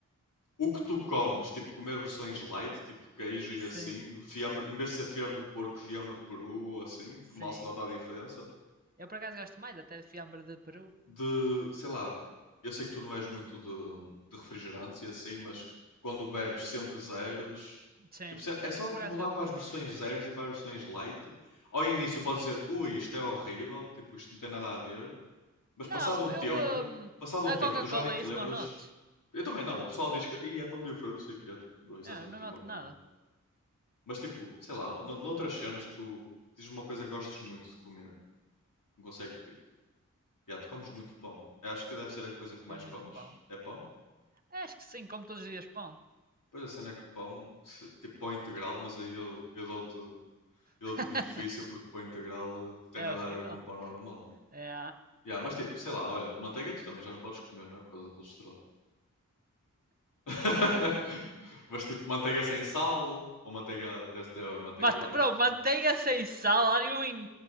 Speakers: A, on the left; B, on the right.
A: o que tu comes, tipo comer versões light, tipo queijo e
B: Sim,
A: assim, fiambre, em vez de ser fiambre de porco, fiambre de peru ou assim,
B: sim.
A: que mal se nota a diferença.
B: Eu por acaso gosto mais até de fiambre de peru.
A: de, sei lá, eu sei que tu não és muito de, de refrigerantes e assim, mas quando bebes sempre zeros,
B: Sim.
A: tipo, se- é é só
B: Eu
A: mudar
B: por acaso bebo.
A: para as versões zeros e para as versões light. Ao início podes dizer, ui, isto é horrível, tipo, isto não tem nada a ver, mas
B: Não,
A: passado um
B: eu.
A: tempo,
B: hum,
A: passado
B: a
A: um tempo,
B: Coca-Cola,
A: tu já nem te
B: é isso
A: lembras.
B: não noto.
A: Eu também não, o pessoal diz que "Ih, é tão diferente, não sei o quê, tipo, bro, exatamente
B: É, não noto
A: igual para
B: nada.
A: mim. Mas tipo, sei lá, no- noutras cenas que tu dizes uma coisa que gostas muito de comer, não consegue, tipo, já, tu comes muito pão. Eu acho que deve ser a coisa que
B: Como
A: mais
B: muito
A: comes.
B: pão.
A: É pão?
B: É, Acho que sim, como todos os dias pão.
A: Pois a cena é que pão, se- tipo pão integral, mas aí eu, eu dou-te eu dou-te
B: <laughs>
A: o benefício porque pão integral eh, tem
B: é
A: nada
B: horrível.
A: a ver com pão normal.
B: É.
A: Já, mas tipo, sei lá, olha, manteiga tu também já não podes comer, não é? Por causa do colesterol. <laughs> Mas tipo, manteiga sem sal, ou manteiga, deve ser manteiga
B: Mata...
A: light
B: Bro,
A: também.
B: manteiga sem sal, are you in...